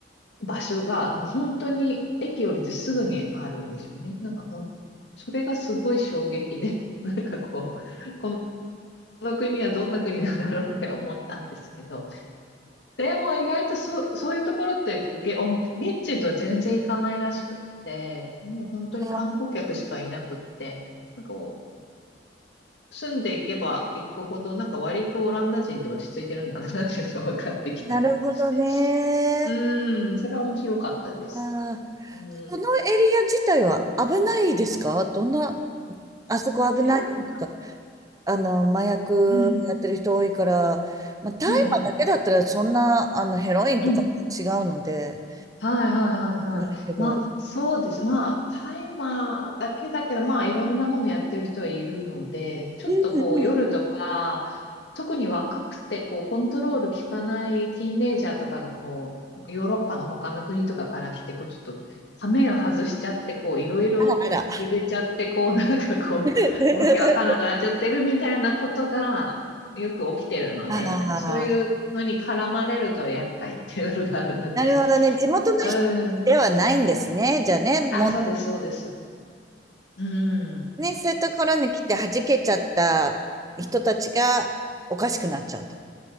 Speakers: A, on the left (about 75°); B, on the right (about 20°).
A: 場所が本当に駅降りてすぐにあるんですよね。なんかほん、それがすごい衝撃で、<laughs> なんかこう、この国はどんな国なんだろうって思ったんですけど、でも意外とそ、そういうところってげ、お現地とは全然行かないらしくって、もう本当に観光客しかいなくって、
B: あ
A: なんかこう住んでいけば行くほど、なんか割とオランダ人って落ち着いてるんだなっていうのが分かってきたりとかして。
B: なるほどね。
A: うーん、それは面白かったですね。
B: あー
A: うん。
B: そのエリア自体は危ないですかどんな、
A: い
B: あそこ危ないよとか、
A: や
B: あの、麻薬やってる人多いから、
A: うん、
B: まあ、大麻だけだったらそんな、
A: うん、うん、
B: あの、ヘロインとか違うので、
A: うん、はいはいはいはい。
B: ないけど、
A: まあそうです。まあタイマーだけだけど、まあいろんなものやってる人はいるので、ちょっとこう夜とか、
B: うんうん、
A: 特に若くてこうコントロール効かないティーンエイジャーとかがこうヨーロッパの他の国とかから来て、こうちょっと羽目を外しちゃってこういろいろ入れちゃってこうなんかこうわけわかんなくなっちゃってるみたいなことがよく起きてるので、
B: あらあら。<laughs> ああ、
A: なんかそういうのに絡まれると厄介っていうのがあるので。
B: なるほどね。地元の人ではないんですね。
A: うん。
B: じゃあね、もう、
A: あ、そうです、
B: ね、
A: そうです。うん。
B: ね、そういったところに来て弾けちゃった人たちがおかしくなっちゃうと。